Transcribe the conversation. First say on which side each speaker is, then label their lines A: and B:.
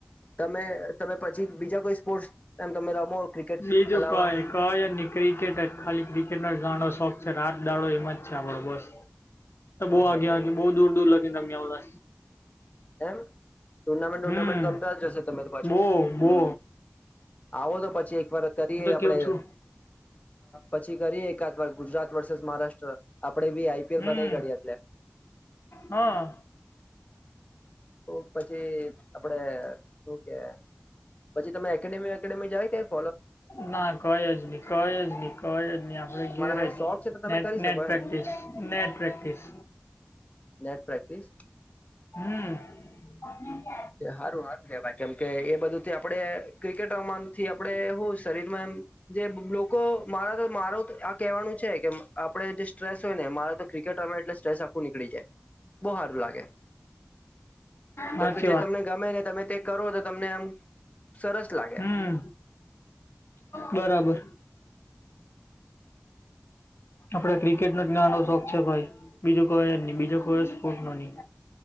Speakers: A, on the left; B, on the left.
A: તમે તમે પછી બીજા કોઈ સ્પોર્ટ્સ એમ તમે રમો? ક્રિકેટ
B: બીજું
A: અલાવા
B: કંઇ કઈ જ નહીં ક્રિકેટ ખાલી ક્રિકેટ નો જ ઘણો શોખ. રાત દહાડો એમાં જ છે આપડો બસ તો બહુ
A: ઓહો
B: આગ્યા
A: હો
B: આગ બહુ દૂર દૂર લગી. રમ્યાઉ લય.
A: એમ ટુર્નામેન્ટ
B: હમ
A: ટુર્નામેન્ટ રમતા જ હશો તમે તો પાછું
B: બહુ બહુ.
A: આવો તો પછી એક વાર કરીએ આપડે
B: કેવું છું
A: પછી કરી એકાદ વાર ગુજરાત વર્સેસ મહારાષ્ટ્ર. આપડે બી આઈપીએલ
B: હમ
A: બનાવી કાઢીએ એટલે
B: હા.
A: તો પછી આપડે શું કે? પછી તમે એકેડેમી વકેેડેમી જાઓ ક્યાંય?
B: ના કઈ જ નહી કઈ જ નહી કઈ જ નહી આપડે
A: તમારા
B: ઘેર જ
A: શોખ છે તો તમે
B: નેટ
A: કરી
B: નેટ.
A: શકો
B: practice
A: એમ
B: net practice
A: net practice
B: હમ પ
A: કે સારું સારું કેવા કેમ કે એ બધું થી આપણે ક્રિકેટ રમાથી આપણે હું શરીરમાં એમ જે લોકો મારા તો માર આ કહેવાનું છે કે આપણે જે સ્ટ્રેસ હોય ને મારે તો ક્રિકેટ રમે એટલે સ્ટ્રેસ આપખવું નીકળી બહારું લાગે
B: અચછા
A: કેમ કે જે તમને ગમે ને તમે તે કરો તો તમને એમ સરસ લાગે
B: હમ બરાબર. આપડે ક્રિકેટ નો જ ગાંડો શોખ છે ભાઈ બીજું કોઈ નહી બીજો કોઈ સ્પોર્ટ નો નહી